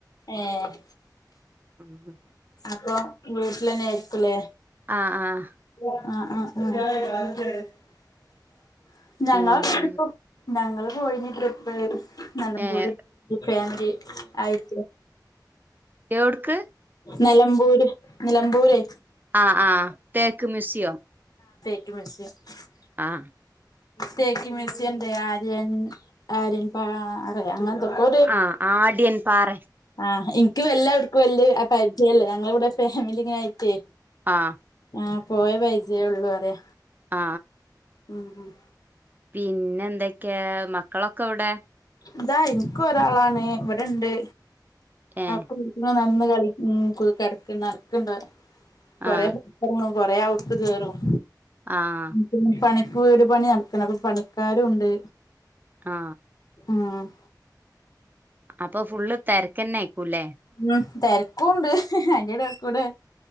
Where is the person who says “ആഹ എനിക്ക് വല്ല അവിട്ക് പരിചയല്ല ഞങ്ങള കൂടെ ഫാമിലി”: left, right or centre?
Left